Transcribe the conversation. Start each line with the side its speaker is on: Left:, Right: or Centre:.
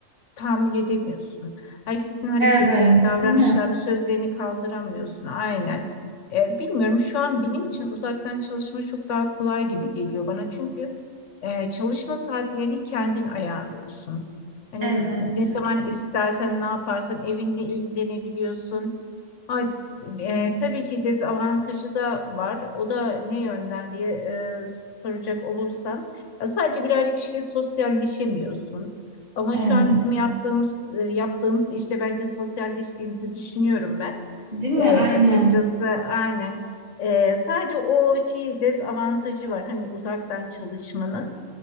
Left: tahammül edemiyorsun. Herkesin hareketlerini,
Right: Evet,
Left: davranışlarını,
Right: değil mi?
Left: sözlerini kaldıramıyorsun. Aynen. E, bilmiyorum şu an benim için uzaktan çalışma çok daha kolay gibi geliyor bana. Çünkü e, çalışma saatlerini kendin ayarlıyorsun. Hani
Right: Evet,
Left: ne zaman
Right: kesin.
Left: istersen ne yaparsan evinde ilgilenebiliyorsun. Ha, e, tabii ki dezavantajı da var. O da ne yönden diye e, soracak olursan. ya sadece birazcık işte sosyalleşemiyorsun. Ama
Right: Evet.
Left: şu an bizim yaptığımız, e, yaptığımız işte bence sosyalleştiğimizi düşünüyorum ben.
Right: Değil mi?
Left: E,
Right: Aynen.
Left: açıkçası aynen. E, sadece o şey dezavantajı var. Hani uzaktan çalışmanın.